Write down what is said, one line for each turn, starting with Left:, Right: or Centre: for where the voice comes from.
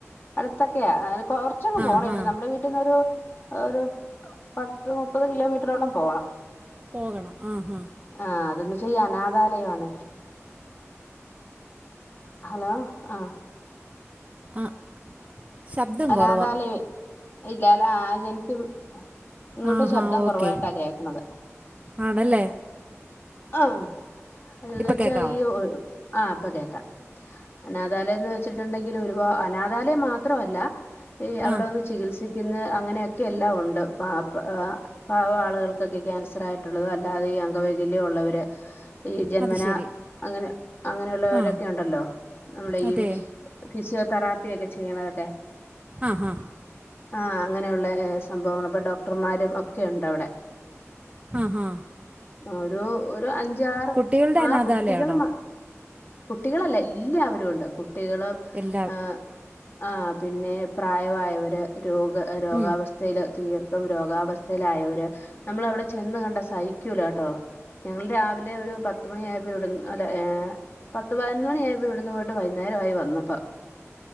Left: അടുത്തൊക്കെയാ ആഹ് കൊർ ച്ചൊന്നു
Right: ആ
Left: പോണം
Right: ഹാ
Left: ഇവിടെ നമ്മുടെ വീട്ടിൽന്നൊരു ഒരു പത്ത് മുപ്പത് കിലോമീറ്ററോളം പോണം
Right: പോകണം ആഹ് ആഹ്
Left: ആഹ് <unintelligible> അനാഥാലയം ആണ്. ഹലോ ആഹ്
Right: അഹ് ശബ്ദം
Left: അനാഥാലയമേ
Right: കൊറവാ.
Left: ഇല്ലാല ആഹ് എനിക്കും ഇങ്ങോട്ട്
Right: ആ ഹാ
Left: ശബ്ദം
Right: ഓക്കെ
Left: കൊറവായിട്ടാ കേക്കുന്നത്.
Right: ആണല്ലേ?
Left: ആം അതന്ന്
Right: ഇപ്പം
Left: വെച്ചാ
Right: കേൾക്കാവോ
Left: ഈ ഒരു ആഹ് ഇപ്പൊ കേക്കാം. അനാഥാലയന്ന് വെച്ചിട്ടുണ്ടെങ്കിൽ ഒരുപാ അനാ ഥാലയം മാത്രവല്ല ഈ അവിടെവന്ന്
Right: ആ
Left: ചികിത്സ- ക്കുന്ന് അങ്ങനെയൊക്കെ എല്ലാം ഉണ്ട് പ- പാവം ആളുകൾക്കൊക്കെ ക്യാൻസർ ആയിട്ടുള്ളതും അല്ലാതെ ഈ അംഗവൈകല്യം ഉള്ളവര് ഈ ജന്മന
Right: അത് ശരി
Left: അങ്ങനെ അങ്ങനെയുള്ളവരൊക്കെ
Right: ആ
Left: ഉണ്ടല്ലോ നമ്മള
Right: അതെ
Left: ഈ ഫിസിയോതെറാപ്പിയൊക്കെ ചെയ്യണതൊക്കെ
Right: ആഹ് ഹാ
Left: ആഹ് അങ്ങനെയുള്ള സംഭവങ്ങൾ ഇപ്പൊ ഡോക്ടർമാരും ഒക്കെ ഉണ്ട് അവിടെ
Right: ആഹ് ഹ
Left: ഒരു ഒരു അഞ്ചാറ്
Right: കുട്ടികളുടെ
Left: ആഹ്
Right: അനാഥാലയമാണോ
Left: കുട്ടികൾ കുട്ടികളല്ല എല്ലാവരും ഉണ്ട് കുട്ടികള്
Right: എല്ലാം
Left: ഏഹ് ആഹ് പിന്നെ പ്രായമായവര് രോഗ രോഗാവസ്ഥ
Right: ഉം.
Left: ൽ തീർത്തും രോഗാവസ്ഥയിലായവര് നമ്മൾ അവിടെ ചെന്ന് കണ്ട സഹിക്കൂല കേട്ടോ ഞങ്ങൾ രാവിലെ ഒരു പത്ത് മണിയായപ്പോ ഇവിടുന്നു അല്ലെ പത്ത് പതിനൊന്ന് മണി ആയപ്പോയി ഇവിടുന്ന് പോയിട്ട് വൈകുന്നേരം ആയി വന്നപ്പ